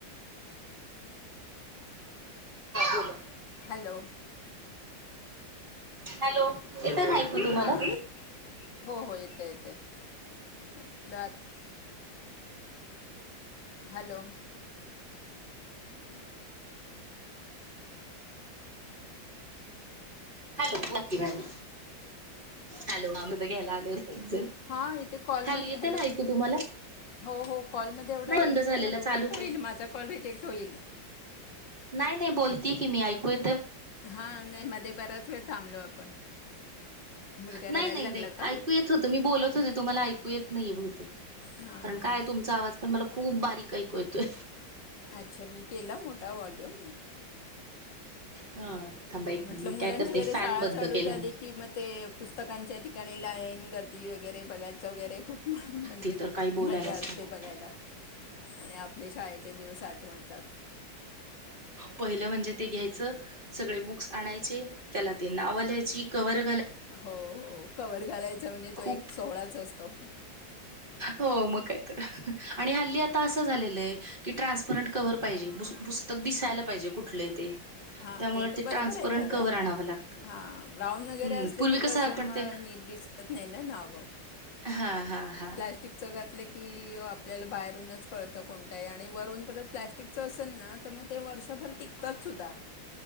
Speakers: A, on the right; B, on the left.
A: बोला
B: हॅलो
A: हॅलो येत ना ऐकू तुम्हाला
B: हां हो हो येते येते म्हटलं आत- हॅलो
A: हॅलो नक्की भाई हॅलो अग घ्यायला आले होतेज
B: हां इथे कॉलमध्ये
A: हॅलो येते ना ऐकू तुम्हाला
B: हो हो कॉलमध्ये एवढा
A: नाही
B: वेळ
A: बंद
B: नका
A: झालेला
B: घालव
A: चालूच
B: कट होईल
A: आहे.
B: माझा कॉल रिजेक्ट होईल
A: नाही नाही बोलतय की मी ऐकूया
B: हा नाही मध्ये बरा्याच वेळ थांबलो आपण मुलगा
A: नाही
B: रडायला
A: नाही
B: लागला
A: नाही
B: का
A: ऐकू येत होत मी बोलत होते तुम्हाला ऐकू येत नाही बहते
B: हां
A: कारण
B: हां
A: काय तुमचा आवाज पण मला खूप बारीक ऐकू येतोय
B: अच्छा मी केला मोठा वॉल्यूम
A: हा थांबा एक
B: म्हटल
A: मिनिट मी
B: मुलांची
A: काय करते
B: वैगेरे
A: फॅन
B: शाळा
A: बंद
B: चालू
A: केला
B: झाली
A: मी
B: कि म ते पुस्तकांच्या ठिकाणी लाईन गर्दी वगैरे बघायचं वगैरे खूप म्हणजे
A: ते तर काही बोलायलाच
B: मजा असते
A: नको
B: बघायला आणि आपल्या शाळ चे दिवस आठवणतात
A: पहिलं म्हणजे ते घ्यायचं सगळे बुक्स आणायचे त्याला ते नाव लिहायची कव्हर
B: हो हो कवर घालायचा म्हणजे
A: खूप
B: तो एक सोहळाच असतो.
A: हो मग कायतर आणि हल्ली आता असं झालेलं आहे कि ट्रान्सपरंट कव्हर पाहिजे पुस्तक दिसायला पाहिजे कुठलंही ते
B: हा
A: त्यामुळे
B: ते तर बरोबर
A: ट्रान्सपरंट
B: आहे खरं
A: कव्हर आणावं लागतं
B: हा ब्राउन वगैरे
A: हम्म
B: असले
A: पूर्वी
B: की
A: कसं
B: कस
A: आपण
B: म
A: ते
B: नीट दिसत नाही ना नाव
A: हा हा हा.
B: प्लॅस्टिक चं घातलं की आपल्याला बाहेरूनच कळतं कोणतं आहे आणि वरून परत प्लास्टिकचं अस मग ते वर्षभर टिकतात सुद्धा